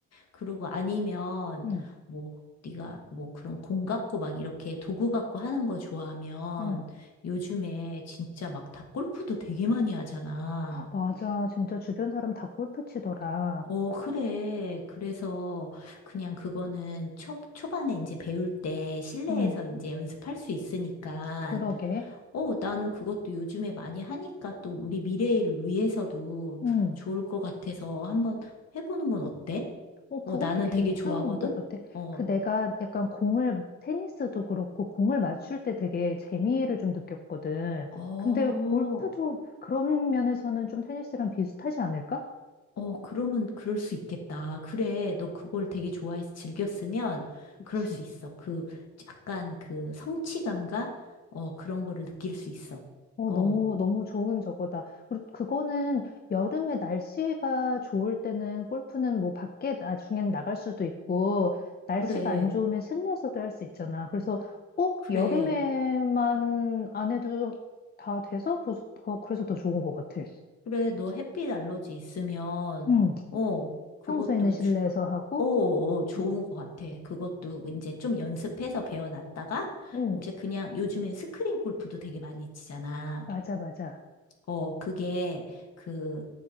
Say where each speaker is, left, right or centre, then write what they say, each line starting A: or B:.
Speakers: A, on the left (about 55°); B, on the left (about 30°).
A: 그리고 아니면,
B: 응,
A: 뭐, 네가 뭐 그런 공 갖고 막 이렇게 도구 갖고 하는 거 좋아하면
B: 응.
A: 요즘에 진짜 막 다 골프도 되게 많이 하잖아.
B: 맞아. 진짜 주변 사람 다 골프 치더라.
A: 어, 그래. 그래서 그냥 그거는 초, 초반에 이제 배울 때 실내에서
B: 응,
A: 이제 연습할 수 있으니까
B: 그러게.
A: 어, 나는 그것도 요즘에 많이 하니까 또 우리 미래를 위해서도
B: 응.
A: 좋을 것 같아서 한번 해보는 건 어때?
B: 어, 그것도
A: 어, 나는
B: 괜찮은
A: 되게 좋아하거든?
B: 것 같아.
A: 어,
B: 그 내가 약간 공을, 테니스도 그렇고, 공을 맞출 때 되게 재미를 좀 느꼈거든.
A: 어,
B: 근데 골프도 그런 면에서는 좀 테니스랑 비슷하지 않을까?
A: 어, 그러면 그럴 수 있겠다. 그래, 너 그걸 되게 좋아해서 즐겼으면
B: 그치.
A: 그럴 수 있어. 그 약간 그 성취감과 어, 그런 거를 느낄 수 있어.
B: 어,
A: 어,
B: 너무, 너무 좋은 저거다. 그리고 그거는 여름에 날씨가 좋을 때는 골프는 뭐 밖에 나중엔 나갈 수도 있고, 날씨가
A: 그래,
B: 안 좋으면 실내에서도 할 수 있잖아. 그래서 꼭
A: 그래,
B: 여름에만 안 해도 다 돼서, 그래서 더, 그래서 더 좋은 것 같아.
A: 그래, 너 햇빛 알러지 있으면
B: 응.
A: 어, 그것도
B: 평소에는 실내에서
A: 주-
B: 하고,
A: 오, 좋은
B: 어,
A: 것 같아. 그것도 이제 좀 연습해서 배워놨다가,
B: 응,
A: 이제 그냥 요즘엔 스크린 골프도 되게 많이 치잖아.
B: 맞아, 맞아.
A: 어, 그게 그